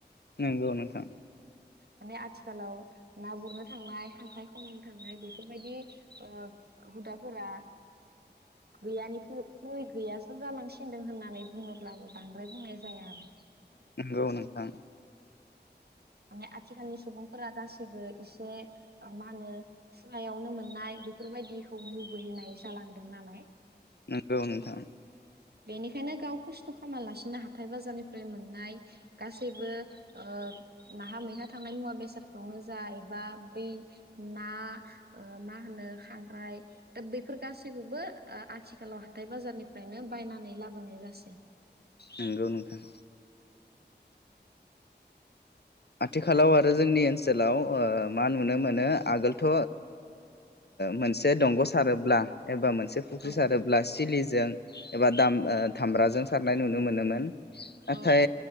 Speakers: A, on the left; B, on the right.
A: नंगौ नोंथां
B: माने आथिखालाव ना गुरनो थांनाय खांख्राइ खन'नो थांनाय बेफोरबायदि ओ हुदाफोरा गैयानिख्रुय गैयासो जालांसिनदों होननानै बुङोब्लाबो बां ब्राय बुंनाय जाया आरो
A: नंगौ नोंथां
B: माने आथिखालनि सुबुंफोरा गासैबो एसे मा होनो सायावनो मोननाय बेफोरबायदिखौ लुबैनाय जालांदों नालाय।
A: नोंगौ नोंथां
B: बेनिखायनो गाव खस्थ' खालामालासिनो हाथाय बाजारनिफ्राय मोननाय गासैबो ओ नाहा मैहा थांनाय मुवा बेसादखौनो जा एबा बै ना मा होनो खांख्राय दा बैफोर गासैखौबो आथिखालाव हाथाय बाजारनिफ्रायनो बायनानै लाबोनाय जासै
A: नंगौ नोंथां आथिखालाव आरो जोंनि ओनसोलाव ओ मा नुनो मोनो आगोलथ' मोनसे दंग' सारोब्ला एबा मोनसे मोनसे फुख्रि
B: औ
A: सारोब्ला सिलिजों एबा दाम दामब्राजों सारनाय नुनो मोनोमोन। नाथाय
B: औ